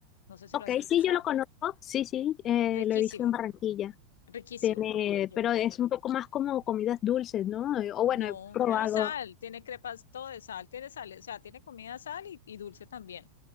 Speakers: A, on the left; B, on the left.
A: no sé si
B: Ok,
A: lo has escuchado,
B: sí, yo lo conozco, sí, sí, eh,
A: riquísimo,
B: lo he visto en Barranquilla.
A: riquísimo.
B: Tiene,
A: de
B: pero
A: Bogotá.
B: es un poco más como comidas dulces, ¿no? Eh, O
A: No,
B: bueno, he probado,
A: no sal, tiene crepas todo de sal, tiene sal, o sea, tiene comida sal y, y dulce también,